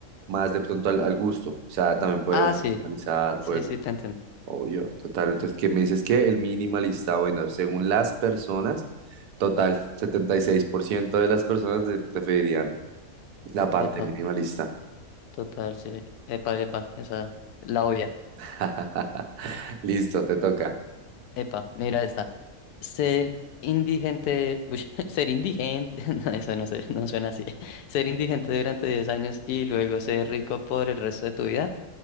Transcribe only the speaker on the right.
más de pronto al, al gusto. O sea, también poderlo
personalizar,
poderlo.
Obvio, total. Entonces, ¿qué me dices que el minimalista, bueno, según las personas, total, 76% de las personas de- preferirían la parte
minimalista.
<laughs> Listo, te toca.